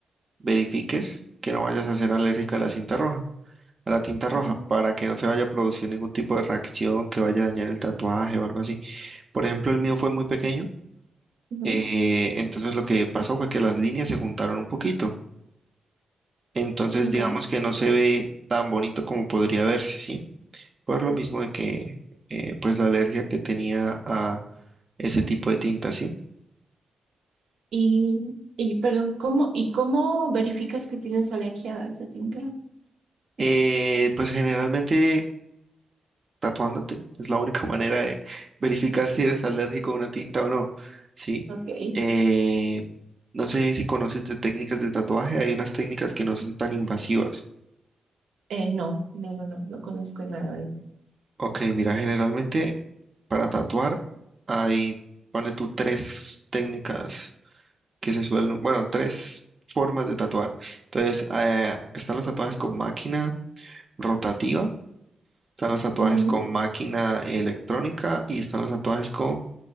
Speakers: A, on the right (about 35°); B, on the right (about 85°).
A: verifiques que no vayas a ser alérgica a la cinta roja, a la tinta roja,
B: Mm,
A: para que no se vaya a producir ningún tipo de reacción que vaya a dañar el tatuaje o algo así. Por ejemplo, el mío fue muy pequeño,
B: ujú,
A: eh, entonces lo que pasó fue que las líneas se juntaron un poquito. Entonces,
B: Ya.
A: digamos que no se ve tan bonito como podría verse, ¿sí? Por lo mismo de que, eh, pues, la alergia que tenía a ese tipo de tinta, ¿sí?
B: Y, y perdón, ¿cómo, y cómo verificas que tienes alergia a esa tinta?
A: Eh, pues generalmente tatuándote es la única <laughs> manera de verificar si eres alérgico a una tinta o no, ¿sí?
B: Ok.
A: Eh, no sé si conoces de técnicas de tatuaje, hay unas técnicas que no son tan invasivas.
B: Eh, no, no, no, no, no conozco nada de eso.
A: Ok, mira, generalmente para tatuar hay, ponle tú tres técnicas que se suelen, bueno, tres formas de tatuar. Entonces, eh, están los tatuajes con máquina rotativa, están los tatuajes
B: Ujú,
A: con máquina electrónica y están los tatuajes con